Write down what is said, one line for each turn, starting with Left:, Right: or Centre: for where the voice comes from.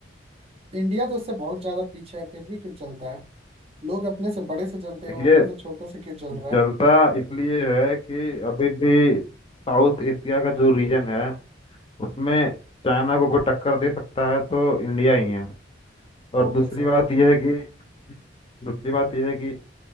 Right: इंडिया तो उससे बहुत ज्यादा पीछे है फिर भी क्यों चलता है लोग अपने से बड़े से चलते हैं
Left: देखिए
Right: वो अपने से छोटों से क्यों चल रहा
Left: जलता
Right: है
Left: इसलिए है कि अभी भी साउथ एशिया का जो रीजन है उसमें चाइना को कोई टक्कर दे सकता है तो इंडिया ही है और
Right: वो
Left: दूसरी
Right: कैसे
Left: बात यह है कि दूसरी बात यह है कि